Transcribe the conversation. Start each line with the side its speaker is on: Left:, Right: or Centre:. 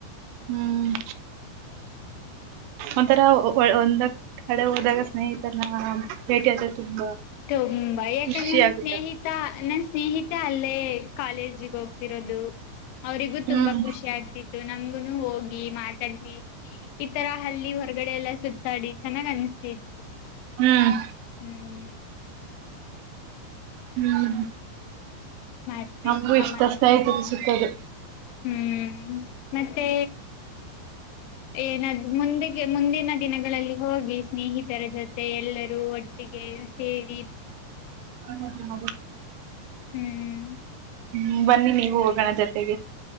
Right: ಹ್ಮ್
Left: <inaudible>
Right: ಒಂಥರ ಒಂದ ಕಡೆ ಹೋದಾಗ ಸ್ನೇಹಿತನ ಭೇಟಿಯಾದ್ರರು ತುಂಬಾ
Left: ತುಂಬಾ ಯಾಕಂದ್ರೆ
Right: ಖುಷಿ
Left: ನನ್
Right: ಆಗುತ್ತದೆ
Left: ಸ್ನೇಹಿತಾ ನನ್ ಸ್ನೇಹಿತ ಅಲ್ಲೇ ಕಾಲೇಜಿಗೋಗ್ ರೋದು ಅವರಿಗೂ
Right: ಹ್ಮ್
Left: ತುಂಬಾ ಖುಷಿ ಆಗ್ತಿತ್ತು ನಮಗು ಹೋಗಿ ಮಾತಾಡ್ಸಿ ಈತರ ಹಲ್ಲಿ ಹೊರಗಡೆ ಎಲ್ಲ ಸುತ್ತಾಡಿ ಚೆನ್ನಾಗ್ ಅನ್ತ ಹ
Right: ಹ್ಮ್
Left: ಹ್ಮ್
Right: ಹ್ಮ್
Left: ಮತ್ತೆ
Right: ನಮಗು
Left: ಸಮಾನ್
Right: ಇಷ್ಟಷ್ಟತಾಯತ ಸುತ್ತದು
Left: ಹ್ಮ್ ಮತ್ತೆ ಏನಾದ್ ಮುಂದೆ ಮುಂದಿನ ದಿನಗಳಲ್ಲಿ ಹೋಗಿ ಸ್ನೇಹಿತರ ಜೊತೆ ಮತ್ತೆ ಎಲ್ಲರೂ ಒಟ್ಟಿಗೆ ಸೇರಿ
Right: ಹ್ಮ್
Left: ಹ್ಮ್
Right: ಹ್ಮ್ ಬನ್ನಿ ನೀವು ಹೋಗೋಣ ಜೊತೆಗೆ